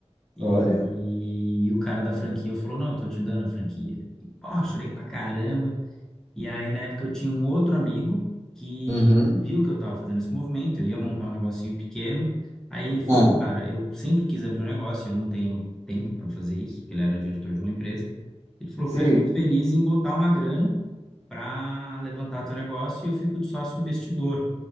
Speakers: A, in the centre; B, on the right.
A: E,
B: Olha.
A: e o cara da franquia falou: Não, eu tô te dando a franquia. E, porra, chorei pra caramba. E aí, na época, eu tinha um outro amigo que
B: Uhum.
A: viu que eu estava fazendo esse movimento, eu ia montar um negocinho pequeno. Aí ele falou,
B: Ah.
A: cara, eu sempre quis abrir um negócio, e eu não tenho tempo para fazer isso, porque ele era diretor de uma empresa. Ele falou,
B: Sim.
A: ficaria muito feliz em botar uma grana para levantar teu negócio e eu fico de sócio investidor.